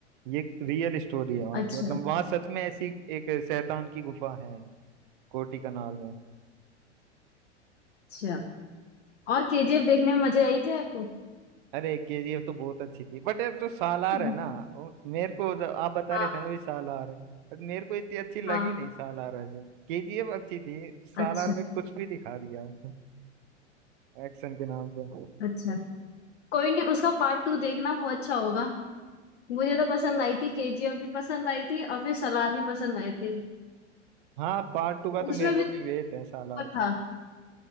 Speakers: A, on the right; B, on the left.
A: ये रियल स्टोरी है वहाँ
B: अच्छा
A: की मतलब वहाँ सच में ऐसी एक शैतान की गुफा है कोटी कनाल में
B: अच्छा और केजीएफ देखने में मजे आई थे आपको
A: अरे केजीएफ तो बहुत अच्छी थी बट यार जो सालार
B: <laughs>
A: है ना वो मेरे को जो आप बता
B: हाँ
A: रहे थे ना भी सालार है बट मेरे को इतनी अच्छी लगी
B: हाँ
A: नहीं सालार वैसे केजीएफ अच्छी थी सालार
B: अच्छा
A: में कुछ भी दिखा दिया एक्शन के नाम पे
B: अच्छा कोई नहीं उसका पार्ट टू देखना वो अच्छा होगा मुझे तो पसंद आई थी केजीएफ भी पसंद आई थी और फिर सलार भी पसंद आए थे
A: हाँ पार्ट टू का तो
B: उसमें
A: मेरे को
B: भी तो
A: भी वेट है सालार
B: ऊपर था
A: का